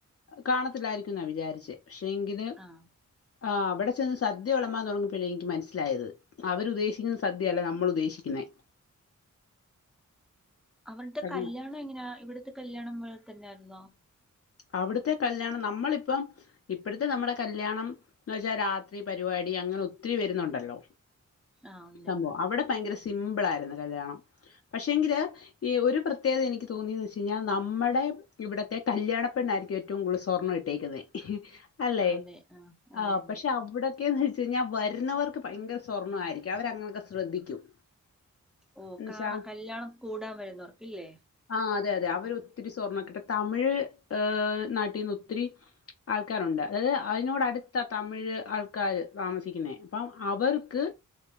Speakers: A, on the left; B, in the centre.
A: കാണത്തില്ലായിരിക്കൂന്നാ വിചാരിച്ചേ പക്ഷെങ്കില്
B: ആഹ്
A: ആഹ് അവിടെ ചെന്ന് സദ്യ വിളമ്പാൻ തുടങ്ങിയപ്പഴാ എനിക്ക് മനസ്സിലായത് അവര് ഉദ്ദേശിക്കുന്ന സദ്യയല്ല നമ്മള് ഉദ്ദേശിക്കുന്നേ
B: അവരുടെ
A: അങ്ങനെ
B: കല്യാണം എങ്ങനെയാ ഇവിടുത്തെ കല്യാണം പോലെ തന്നെയായിരുന്നോ
A: അവിടുത്തെ കല്യാണം നമ്മളിപ്പം ഇപ്പഴത്തെ നമ്മുടെ കല്യാണം എന്ന് വെച്ചാ രാത്രി പരിപാടി അങ്ങനെ ഒത്തിരി വരുന്നുണ്ടല്ലോ
B: ആഹ് ഉണ്ട്
A: സംഭവം അവിടെ ഭയങ്കര സിമ്പിൾ ആയിരുന്നു കല്യാണം പക്ഷെങ്കില് ഈ ഒരു പ്രത്യേകത എനിക്ക് തോന്നിയെന്ന് വെച്ച് കഴിഞ്ഞാൽ നമ്മുടെ ഇവിടുത്തെ കല്യാണ പെണ്ണായിരിക്കും ഏറ്റവും കൂടുതൽ സ്വർണം ഇട്ടേക്കുന്നത് അല്ലെ
B: അതെ ആഹ് അതെ
A: ആ
B: അതെ
A: പക്ഷെ അവിടെ ഒക്കെന്ന് വെച്ച് കഴിഞ്ഞാൽ വരുന്നവർക്ക് ഭയങ്കര സ്വർണവായിരിക്കും അവരങ്ങനെയൊക്കെ ശ്രദ്ധിക്കും
B: ഓ
A: എന്ന്
B: കാണാ
A: വെച്ചാ
B: കല്ല്യാണം കൂടാൻ വരുന്നവർക്കില്ലേ
A: ആഹ് അതെ അതെ അവര് ഒത്തിരി സ്വർണ്ണവൊക്കെ ഇട്ട് തമിഴ് ആഹ് നാട്ടീന്ന് ഒത്തിരി ആൾക്കാരുണ്ട് അതായത് അതിനോട് അടുത്താ തമിഴ് ആൾക്കാര് താമസിക്കുന്നേ അപ്പം അവർക്ക്